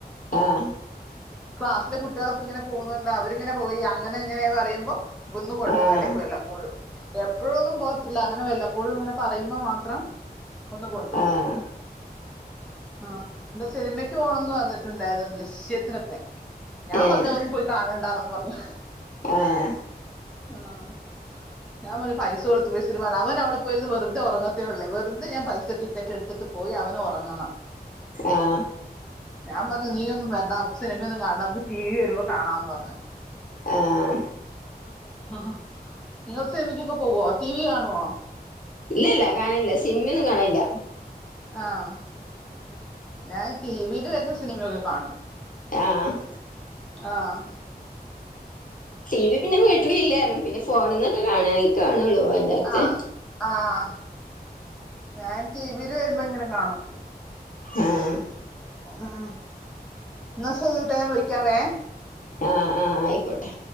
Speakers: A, on the left; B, in the centre.
A: ആഹ്
B: ക്ലാസ്സിലെ കുട്ട്യാളൊക്കെ ഇങ്ങനെ പോന്നുണ്ട് അവരിങ്ങെനെ പോയി അങ്ങനെ ഇങ്ങനെന്നറയുമ്പോ ഒന്ന് കൊണ്ടു
A: ആഹ്
B: പോവും എടയ്ക്ക് വെല്ലപ്പോഴും എപ്പോഴൊന്നും പോകത്തില്ല അങ്ങനെ വെല്ലപ്പോഴും ഇങ്ങനെ പറയുമ്പോ മാത്രം ഒന്ന് കൊണ്ട് പോവും
A: ആഹ്
B: ആഹ് പിന്നെ സിനിമയ്ക്ക് പോണംന്ന് പറഞ്ഞിട്ടുണ്ടായിരുന്നു ദൃശ്യത്തിനൊക്കെ ഞാൻ
A: ഏഹ്
B: പറഞ്ഞു അതൊന്നും പോയി കാണണ്ടാന്നൊക്കെ പറഞ്ഞു
A: ആഹ്
B: ആഹ് ഞാൻ പറഞ്ഞു പൈസ കൊടുത്ത് ‌പോയി സിനിമ കാണാൻ അവൻ അവിടെ പോയിര്ന്ന് വെർതെ ഉറങ്ങത്തേള്ളൂ വെർതെ ഞാൻ പൈസ ടിക്കറ്റെടുത്തിട്ട് പോയി അവനൊറങ്ങണം
A: ആഹ്
B: ഞാൻ പറഞ്ഞ് നീയൊന്നും വരണ്ട നമുക്ക് സിനിമയൊന്നും കാണണ്ട നമുക്ക് ടീവീ വരുമ്പോ കാണാംന്ന് പറഞ്ഞ്
A: ആഹ്
B: ആഹ് നിങ്ങള് സിൻമക്കൊക്കെ പോവോ ടീവി കാണോ
A: ഇല്ലല്ല കാണലില്ല സിനിമയൊന്നും കാണലില്ല
B: ആഹ് ഞാൻ ടീവീല് വര്ന്ന സിനിമയൊക്കെ കാണും
A: ആഹ്
B: ആഹ്
A: ടീ വി പിന്ന വീട്ടിലില്ലാരും പിന്നെ ഫോണിന്നൊക്കെ കാണാണെൽ കാണുള്ളൂ അല്ലാത്തെ
B: ആഹ് ആഹ് ഞാൻ ടീവീല് വരുമ്പോ ഇങ്ങനെ കാണും
A: ആഹ്
B: ഉം ഇന്ന ശെരി കേട്ടാ ഞാൻ വിളിക്കാവേ
A: ആഹ് ആഹ് അയിക്കോട്ടെ